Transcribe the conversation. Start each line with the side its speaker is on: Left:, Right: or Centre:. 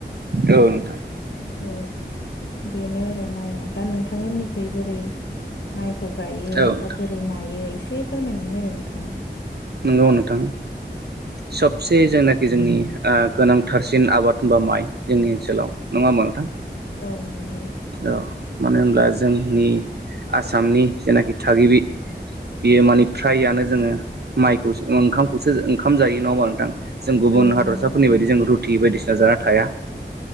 Right: औ नोंथां।
Left: औ बेनो आरो माइया दा नोंथांमोननिखै बोरै माइखौ गायो
Right: औ नोंथां
Left: बा बोरै नायो एसे फोरमायनानै होदो नोंथाङा
Right: नोंगौ नोंथां। सबसे जायनाखि जोंनि गोनांथारसिन आबाद होनबा माइ जोंनि ओनसोलाव नङा होमबा नोंथां
Left: औ नंगौ।
Right: औ मानो होनब्ला जोंनि आसामनि जेनाखि थागिबि बेयो माने फ्राययानो जोङो माइखौसो ओंखामखौसो ओंख जायो नङ हबा नोंथां जों गुबुन
Left: औ
Right: हादरसाफोरनि
Left: नंगौ नोंथां
Right: बायदि जों रुथि बायदि जाना थाया।